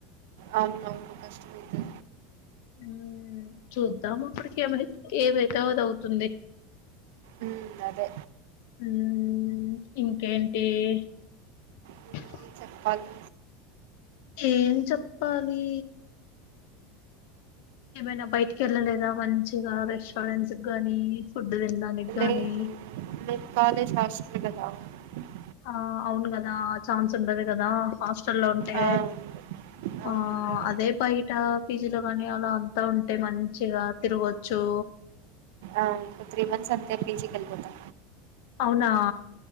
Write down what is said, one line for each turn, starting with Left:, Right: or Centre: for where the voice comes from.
Right: అవును అవును కష్టమైతంది
Left: మ్ చూద్దాం అప్పటికి ఏమరి ఏదైతేఅ దౌతుంది
Right: ఉమ్, అదే
Left: <unintelligible>
Right: మిమ్మల్ని చెప్పాలి
Left: ఏం చెప్పాలి ఏమైనా బయటికి వెళ్ళలేదా మంచిగా రెస్టారెంట్స్ గాని ఫుడ్ తినడానికి గానీ
Right: లేదూ నేను కాలేజ్ హస్ టెల్ కదా <unintelligible>
Left: ఆ అవును కదా ఛాన్స్ ఉండదు కదా హాస్టల్ లో ఉంటే
Right: ఆ, అవును అవును
Left: ఆ
Right: అందరూ
Left: అదే బయట పీజీలో కాని అలా అంతా ఉంటే మంచిగా తిరగచ్చు
Right: ఆ త్రీ మంత్స్ అంతే పిజి కెలిపోతా
Left: అవునా